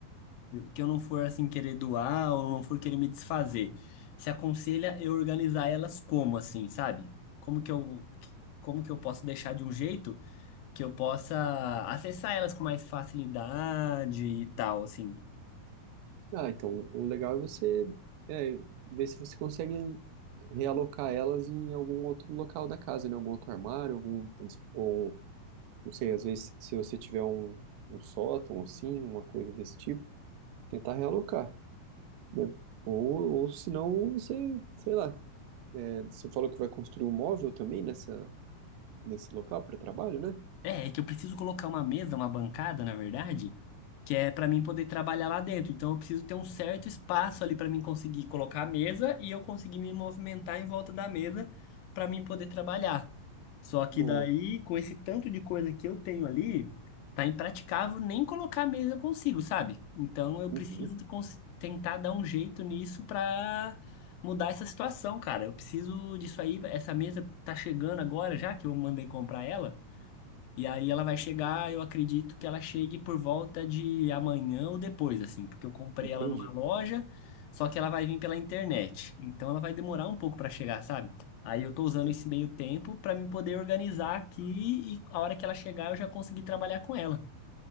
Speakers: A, on the left (about 80°); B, on the right (about 80°).
A: que eu não for assim querer doar ou não for querer me desfazer. Se aconselha eu organizar elas como assim, sabe? Como que eu como que eu posso deixar de um jeito que eu possa acessar elas com mais facilidade e tal, assim.
B: Ah, então, o legal é você é, ver se você consegue realocar elas em algum outro local da casa, né? Algum outro armário, algum, ou, não sei, às vezes se você tiver um, um sótão, assim, uma coisa desse tipo, tentar realocar, né? Ou, ou se não, você, sei lá, é, você falou que vai construir um móvel também nessa, nesse local para trabalho, né?
A: É, é que eu preciso colocar uma mesa, uma bancada, na verdade, que é pra mim poder trabalhar lá dentro. Então eu preciso ter um certo espaço ali pra mim conseguir colocar a mesa e eu conseguir me movimentar em volta da mesa pra mim poder trabalhar. Só que
B: Boa.
A: daí, com esse tanto de coisa que eu tenho ali, tá impraticável nem colocar a mesa eu consigo, sabe? Então eu
B: Uhum,
A: preciso de cons- tentar dar um jeito nisso pra mudar essa situação, cara. Eu preciso disso aí, essa mesa tá chegando agora já que eu mandei comprar ela. E aí ela vai chegar, eu acredito que ela chegue por volta de amanhã ou depois, assim, porque eu comprei
B: entendi.
A: ela numa loja, só que ela vai vir pela internet. Então ela vai demorar um pouco para chegar, sabe? Aí eu tô usando
B: Sim.
A: esse meio tempo para me poder organizar aqui e a hora que ela chegar eu já consegui trabalhar com ela.